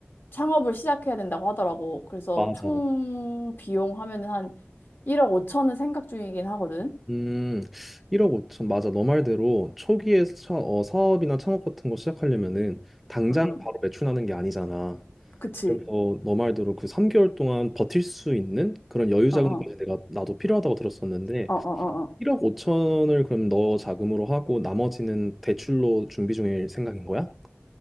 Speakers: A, on the left; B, in the centre.
A: 창업을 시작해야 된다고 하더라고. 그래서
B: 맞아.
A: 총 비용 하면은 한 1억 5천은 생각 중이긴 하거든.
B: 음, 1억 5천 맞아. 너 말대로 초기에 사, 어, 사업이나 창업 같은 거 시작하려면은 당장
A: 음, 음.
B: 바로 매출하는 게 아니잖아.
A: 그치.
B: 그래서 너 말대로 그 3개월 동안 버틸 수 있는 그런 여유
A: 어,
B: 자금까지
A: 어,
B: 내가 나도 필요하다고 들었었는데
A: 어, 어, 어. 어.
B: 1억 5천을 그럼 너 자금으로 하고 나머지는 대출로 준비 중일 생각인 거야?